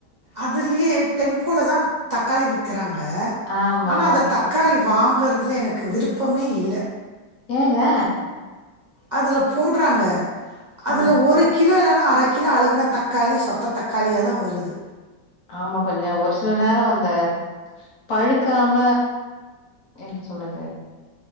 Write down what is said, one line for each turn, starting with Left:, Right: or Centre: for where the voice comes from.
Right: அதிலியே டெம்போலதா தக்காளி விக்கிறாங்க
Left: ஆமா
Right: ஆனா அந்த தக் க்காளி வாங்றதுல எனக்கு விருப்பமே இல்ல
Left: ஏங்க
Right: அதலப் போடறாங்க அதுல
Left: ம்
Right: ஒரு கிலோ இல்லன்னா அர கிலோ அழுகுன தக்காளி சொத்த தக்காளியா தா வருது
Left: ஆமா கொஞ்ச ஒரு சில நேரோ அந்த பழுக்காம என்ன சொல்லது